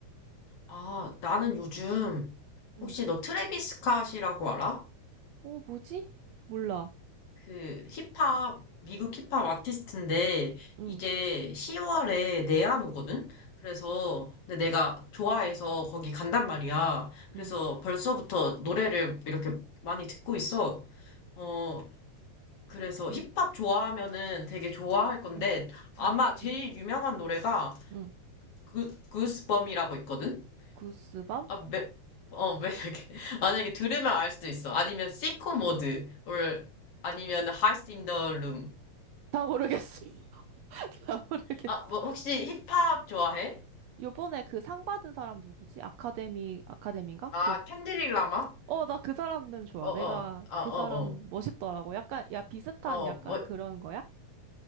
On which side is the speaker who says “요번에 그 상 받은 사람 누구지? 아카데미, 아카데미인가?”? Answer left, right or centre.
Right